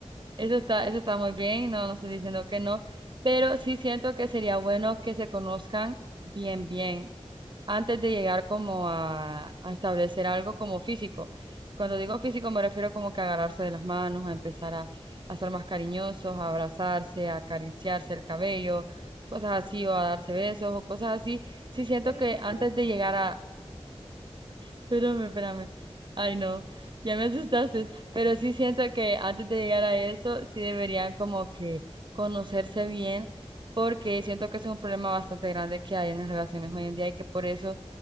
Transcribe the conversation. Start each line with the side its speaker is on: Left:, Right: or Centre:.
Right: Eso está, eso está muy bien, no, no estoy diciendo que no, pero sí siento que sería bueno que se conozcan bien, bien, antes de llegar como a, a establecer algo como físico. Cuando digo físico me refiero como que agarrarse de las manos, a empezar a, a ser más cariñosos, a abrazarse, a acariciarse el cabello, cosas así, o a darse besos o cosas así. Sí siento
Left: Pero
Right: que
Left: es que ese
Right: antes
Left: es el problema.
Right: de llegar Espérame, espérame. Ay, no, ya me asustaste. Pero sí siento que antes de llegar a eso, sí deberían como que conocerse bien, porque siento que ese es un problema bastante grande que hay en las relaciones hoy en día y que por eso